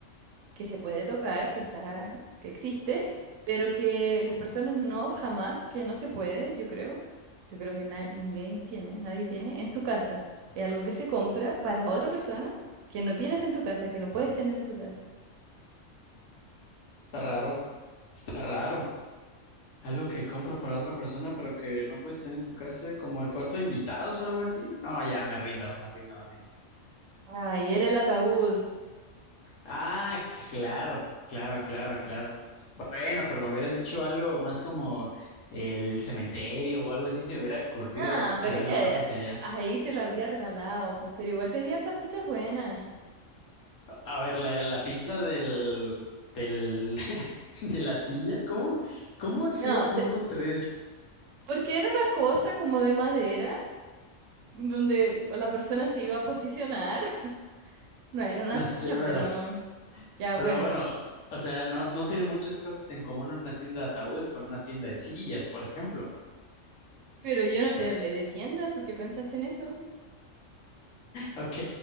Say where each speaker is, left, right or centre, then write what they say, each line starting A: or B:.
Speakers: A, on the right (about 75°); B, on the left (about 80°).
A: que se puede tocar, que está, que existe, pero que las personas no, jamás, que no se puede, yo creo, yo creo que na- ninguém tiene, nadie tiene en su casa. Es algo que se compra para otra persona que no tienes en tu casa, que no puedes tener en tu casa.
B: Está raro. Está raro. Algo que compra para otra persona, pero que no puedes tener en tu casa, como el cuarto de invitados o algo así. No, ya me rindo, me rindo, me rindo.
A: Ay, era el ataúd.
B: Ah, claro, claro, claro, claro. Bueno, pero me hubieras dicho algo más como el cementerio o algo así, se me hubiera ocurrido
A: Ah,
B: tirarla
A: pero es que ahí
B: más hacia allá.
A: ahí te la habría regalado, pues, pero igual te di hartas pistas buenas.
B: A ver, la, la pista
A: <laughs>
B: del, del, <laughs> de la silla, ¿cómo, cómo 0.3?
A: No, te- porque era una cosa como de madera, donde la persona se iba a posicionar. <laughs> No era una
B: No
A: silla,
B: sé, pero,
A: pero no. Ya,
B: pero
A: bueno,
B: bueno, o sea, no, no tiene muchas cosas en común una tienda de ataúdes con una tienda de sillas, por ejemplo.
A: pero yo no te hablé de tienda, ¿tú qué pensaste en eso?
B: Ok,